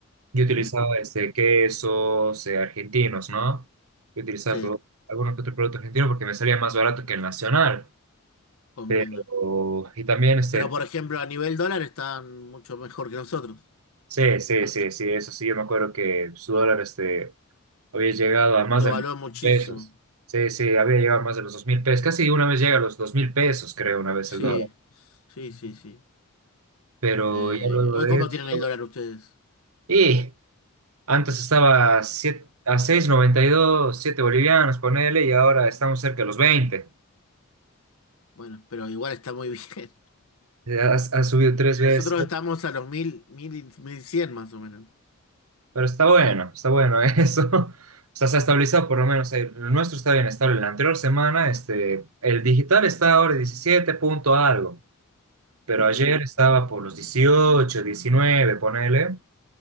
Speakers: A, on the right (about 80°); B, on the left (about 80°).
A: y
B: ujú,
A: utilizaba este, quesos eh, argentinos, ¿no? Yo utilizaba
B: sí,
A: pro- algunos que otros productos argentinos porque me salía más barato que el nacional.
B: comprendo.
A: Pero, y también, este,
B: Pero por ejemplo, a nivel dólar están mucho mejor que nosotros.
A: sí, sí, sí, sí, eso sí, yo me acuerdo que su dólar, este Había llegado a más
B: Devaluó
A: de mil
B: muchísimo.
A: pesos. Sí, sí, había llegado a más de los dos mil pesos. Casi una vez llega a los dos mil pesos, creo, una vez
B: Sí,
A: el dólar.
B: sí, sí, sí.
A: Pero
B: Eh,
A: ya luego
B: hoy
A: de
B: cómo
A: eso.
B: tienen el dólar ustedes.
A: Y antes estaba a siete- a seis coma noventa y dos siete bolivianos, ponele, y ahora estamos cerca de los veinte
B: Bueno, pero igual está muy bien.
A: Ha, ha subido
B: <laughs>
A: tres veces.
B: Nosotros estamos a los mil, mil, mil cien más o menos.
A: Pero está bueno, está bueno <laughs> eso. O sea, se ha estabilizado por lo menos. El nuestro está bien estable. La anterior semana, este, el digital está ahora 17 punto algo. Pero
B: Ujú,
A: ayer estaba por los 18, 19, ponele,